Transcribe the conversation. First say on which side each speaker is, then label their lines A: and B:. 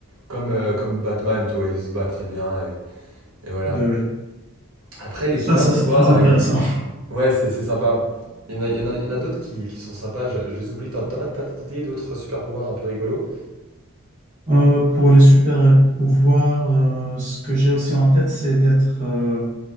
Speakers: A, on the right; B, on the right.
A: Comme, euh, comme Batman, tu vois, il se bat très bien. Et, et voilà.
B: Ben oui.
A: Après, les super
B: Ah, ça,
A: pouvoirs,
B: c'est très intéressant.
A: euh,
B: <laughs>
A: ouais, c'est c'est sympa. Il y en a, il y en a, il y en a d'autres qui, qui sont sympas. Je, je les oublie. T'en t'en as t'as d'idées d'autres super pouvoirs un peu rigolos?
B: Euh, pour les super pouvoirs, euh, ce que j'ai aussi en tête, c'est d'être euh,